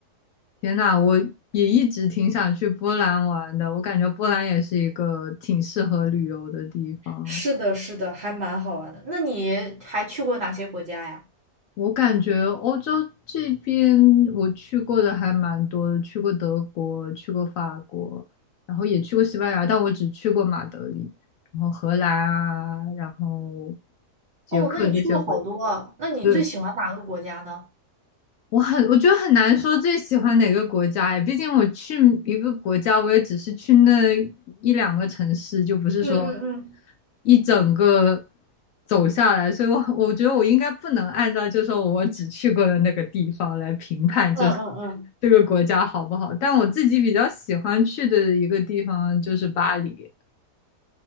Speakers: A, on the left; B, on the right.
A: 天呐，我也一直挺想去波兰玩的，我感觉波兰也是一个挺适合旅游的地方啊。
B: 是的，是的，还蛮好玩的。那你还去过哪些国家呀？
A: 我感觉欧洲这边我去过的还蛮多的，去过德国，去过法国，然后也去过西班牙，但我只去过马德里，然后荷兰啊，然后捷克这些国，
B: 哦，那你去过好多啊。那你最喜欢哪个国家呢？
A: 对，我很，我觉得很难说最喜欢哪个国家哎，毕竟我去一个国家，我也只是去那一两个城市，就不是说
B: 嗯嗯嗯
A: 一整个走下来，所以我我觉得我应该不能按照就说我只去过的那个地方来评判，
B: 嗯嗯嗯
A: 就是这个国家好不好。但我自己比较喜欢去的一个地方就是巴黎